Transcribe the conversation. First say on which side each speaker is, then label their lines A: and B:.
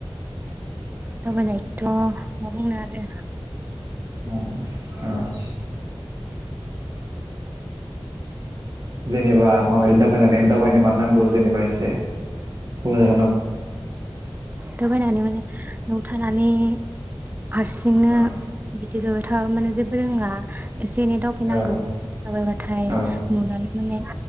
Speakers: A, on the right; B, on the right.
A: दावबायनायखौथ' मा बुंनो आरो
B: औ औ जेनेबा माबायदि दावबायनानै दावबायनो मानो नांगौ। जेनेबा एसे बुंजागोन नामा?
A: दावबायनानै माने नआव थानानै हारसिंनो
B: औ
A: बिदि जबाय थाबा माने जेबो रोङा एसे एनै दावबायनांगौ
B: औ
A: दावबायबाथाय
B: औ
A: नुनानै माने